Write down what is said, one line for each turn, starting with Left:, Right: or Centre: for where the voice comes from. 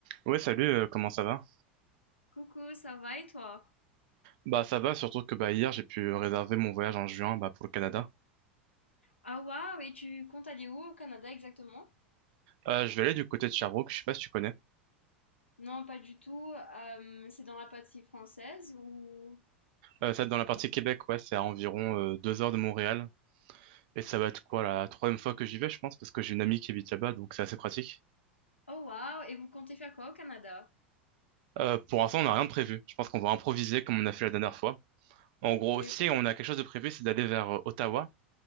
Right: Ouais, salut, euh, comment ça va?
Left: Coucou, ça va et toi?
Right: Bah ça va, surtout que bah hier j'ai pu réserver mon voyage en juin bah, pour le Canada.
Left: Ah waouh, et tu comptes aller où au Canada exactement?
Right: Euh, je vais aller du côté de Sherbrooke, je sais pas si tu connais.
Left: Non, pas du tout. euh, c'est dans la partie française ou...
Right: Euh, ça dans la partie Québec, ouais, c'est à environ euh, deux heures de Montréal. Et ça va être quoi la troisième fois que j'y vais, je pense, parce que j'ai une amie qui habite là-bas, donc c'est assez pratique.
Left: Oh waouh, et vous comptez faire quoi au Canada?
Right: Euh, pour l'instant, on n'a rien de prévu. Je pense qu'on va improviser comme on a fait la dernière fois. En gros,
Left: Oui.
Right: si on a quelque chose de prévu, c'est d'aller vers euh, Ottawa.